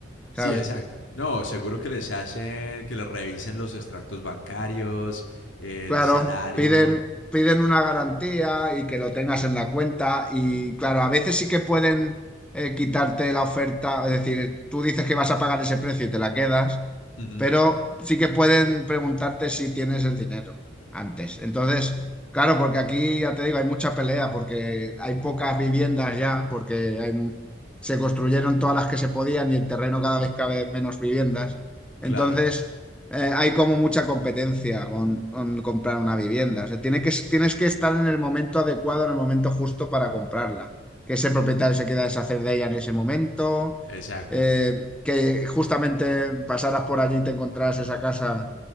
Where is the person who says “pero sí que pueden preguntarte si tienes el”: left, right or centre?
Centre